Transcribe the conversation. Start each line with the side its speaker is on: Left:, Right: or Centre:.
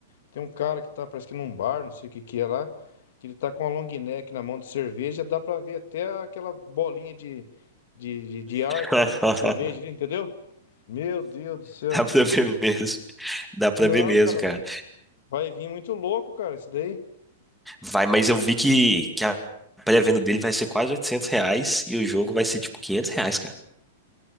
Left: tem um cara que tá, parece que num bar, não sei o que que é lá, que ele tá com uma long neck na mão de cerveja, dá pra ver até aquela bolinha de, de, de, de ar
Centre: <laughs> Dá
Left: dentro da cerveja ali, entendeu? Meu Deus do céu.
Centre: pra ver mesmo. Dá pra
Left: Não,
Centre: ver mesmo,
Left: cara,
Centre: cara.
Left: vai, vai vir muito louco, cara, isso daí.
Centre: Vai, mas eu vi que, que a pré-venda dele vai ser quase 800 reais e o jogo vai ser tipo 500 reais, cara.